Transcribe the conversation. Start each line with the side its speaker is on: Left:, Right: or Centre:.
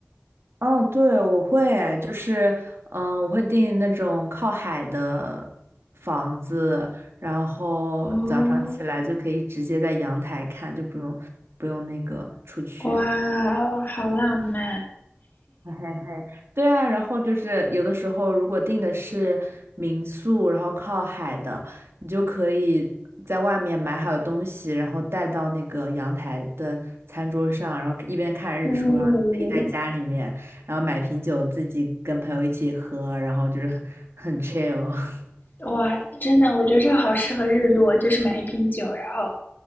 Right: 嗯，对，我会，就是，嗯，我会订那种靠海的房子，然后早上起来就可以直接在阳台看，
Left: 哦，
Right: 就不用不用那个出去。
Left: 哇哦好浪漫！
Right: <laughs> 嘿嘿嘿，对啊，然后就是有的时候，如果订的是民宿，然后靠海的，你就可以在外面买好的东西，然后带到那个阳台的餐桌上，然后一边看日出，
Left: 呜、
Right: 然后自己在家里面，然后买瓶酒，自己跟朋友一起喝，然后就是 <laughs> 很 chill。<laughs>
Left: 哇，真的，我觉得这个好适合日落，就是买一瓶酒，然后